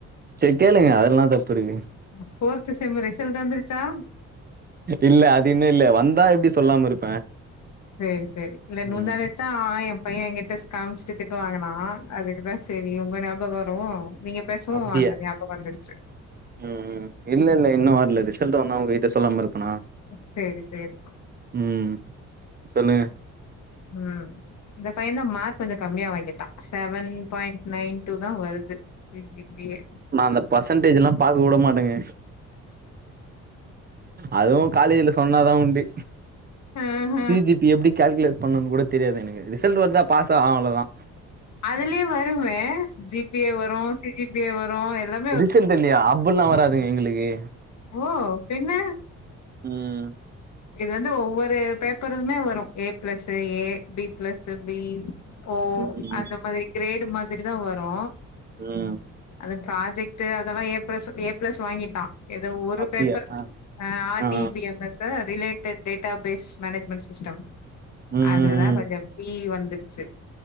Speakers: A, on the right; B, on the left.
A: சேரி கேளுங்க அதுல என்ன தப்புருக்கு
B: ஃபோர்த்து செம்மு ரிசல்ட் வந்துருச்சா
A: இல்ல அது இன்னு இல்ல வந்தா எப்டி சொல்லாமருப்
B: சேரி சேரி இல்ல நுந்தானேத்
A: ம்
B: த்தா ஏ பைய எங்கிட்ட காமிச்ட்டு திட்டு வாங்குனா அதுக்குதா சேரி உங்க ஞாபகோ வரவு நீங்க பேசவு
A: அப்டியா
B: அது ஞாபகோ வந்துருச்சு
A: ம் ம் இல்லல்ல இன்னு வரல ரிசல்ட் வந்தா உங்ககிட்ட சொல்லாம இருப்பனா
B: சேரி சேரி
A: ம் சொல்லுங்க
B: ம் இந்த பையந்தா மார்க் கொஞ்ச கம்மியா வாங்கிட்டா செவன் பாயிண்ட் நைன் டூதா வருது சேரி இப்பயே
A: நா அந்த பர்சன்டேஜல்லா பாக்க கூட மாட்டங்க அதுவு காலேஜ்ல சொன்னாதா உண்டு
B: ஆஹ
A: சிஜிபி எப்டி கால்குலேட் பண்ணனுங் கூட தெரியாது எனக்கு ரிசல்ட் வருதா பாஸா ஆ அவ்ளோதா
B: அதுலயே வருமே ஜிபியே வரு சிஜிபியே வரு எல்லாம்
A: ரிசல்ட்டுல்லயா அப்புல்லா வராதுங்க எங்குளுக்கு
B: ஓ பின்ன
A: ம்
B: இது வந்து ஒவ்வொரு பேப்பருதுமே வரும் A plus A B plus B O
A: ம்
B: அந்த மாதிரி கிரேடு மாதிரிதா வரு
A: ம்
B: அது ப்ராஜெக்ட்டு அதல்லா ஏ ப்ளஸ் ஏ ப்ளஸ் வாங்கிட்டா எதோ ஒரு
A: அப்டியா
B: பேப்பர்
A: ஆ
B: அ ஆர்
A: ஆ
B: டி பி எம் எஸ்ஸா related database management system
A: ம்
B: அதுலதா கொஞ்ச
A: ம்
B: பி வந்துருச்சு